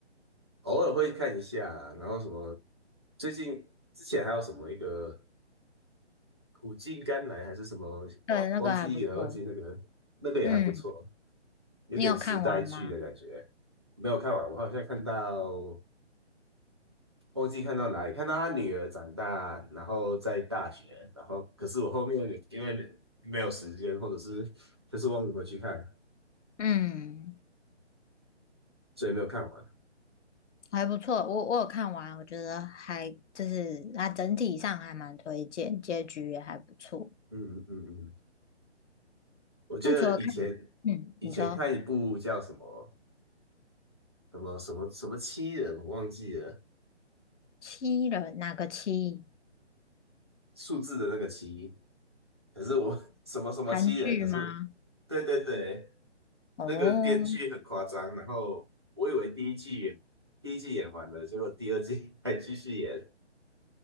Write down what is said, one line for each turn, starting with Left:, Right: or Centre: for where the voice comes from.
Right: 偶尔会看一下啦然后什么，最近之前还有什么一个苦尽甘来还是什么，
Left: 对，那个还不错。
Right: 忘记了，忘记那个那个也还不错，
Left: 嗯，
Right: 有点时代剧的感觉。
Left: 你有看完吗？
Right: 没有看完，我好像看到忘记看到哪里，看到他女儿长大，然后在大学，然后可是我后面因为没有时间，或者是就是忘记回去看，
Left: 嗯，
Right: 所以没有看完。
Left: 还不错。我我有看完，我觉得还就是它整体上还蛮推荐，结局也还不错。
Right: 嗯嗯嗯嗯，我觉得以前以前看一部叫什么
Left: 那除了看，嗯，你说
Right: 什么什么什么七人，我忘记了
Left: 七人哪个七？
Right: 数字的那个七，可是我 <laughs> 什么什么七人，
Left: 韩剧吗？
Right: 可是对对对，
Left: 哦，
Right: 那个编剧很夸张，然后我以为第一季演第一季演完了，结果第二季 <laughs> 还继续演，